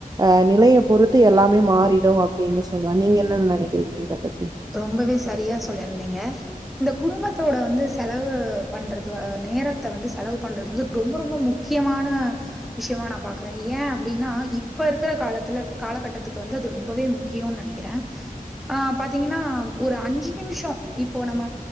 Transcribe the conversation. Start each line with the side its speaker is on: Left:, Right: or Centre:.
Right: அஹ நிலைய பொறுத்து எல்லாமே மாறிடும் அப்டின்னு சொல்லலாம் நீங்க என்ன நினைக்கிறீங்க இத பத்தி
Centre: ரொம்பவே சரியா சொல்லிருந்தீங்க இந்த குடும்பத்தோட வந்து செலவு பண்றது நேரத்தை வந்து செலவு பண்றது வந்து ரொம்ப ரொம்ப முக்கியமான விஷயமா நான் பாக்குறேன் ஏன் அப்டின்னா இப்ப இருக்கிற காலத்துல காலகட்டத்துக்கு வந்து அது ரொம்பவே முக்கியம்னு நினைக்கிறேன் அஹ பார்த் த்தீங்கன்னா ஒரு அஞ்சு நிமிஷம் இப்போ நம்ம